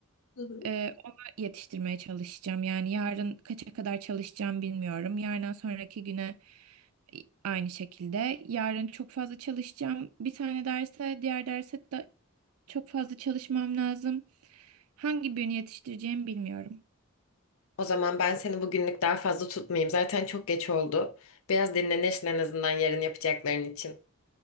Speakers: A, on the left; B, on the right.
A: hı hı.
B: Ee, ona yetiştirmeye çalışacağım. Yani yarın kaça kadar çalışacağım bilmiyorum. Yarından sonraki güne aynı şekilde. Yarın çok fazla çalışacağım. Bir tane derse, diğer derse de çok fazla çalışmam lazım. Hangi birini yetiştireceğimi bilmiyorum.
A: O zaman ben seni bugünlük daha fazla tutmayayım. Zaten çok geç oldu. Biraz dinlenirsin en azından yarın yapacakların için.